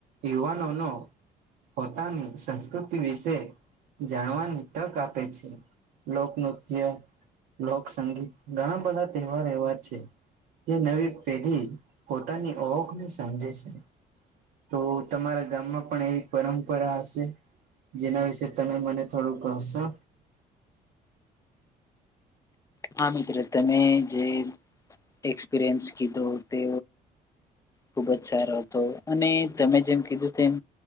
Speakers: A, on the right; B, on the left.
A: યુવાનોનો પોતાની સંસ્કૃતિ વિશે જાણવાની તક આપે છે. લોકનૃત્ય લોકસંગીત ઘણા બધા તહેવાર એવા છે જે નવી પેઢી પોતાની ઓખને સમજે છે તો તમારા ગામમાં પણ એવી પરંપરા હશે જેના વિશેે તમે મને થોડું કહશો.
B: હા મિત્ર તમે જે એક્સપિરયન્સ કીધો તે. ખુબ જ સારો હતો અને તમે જેમ કીધું તેમ.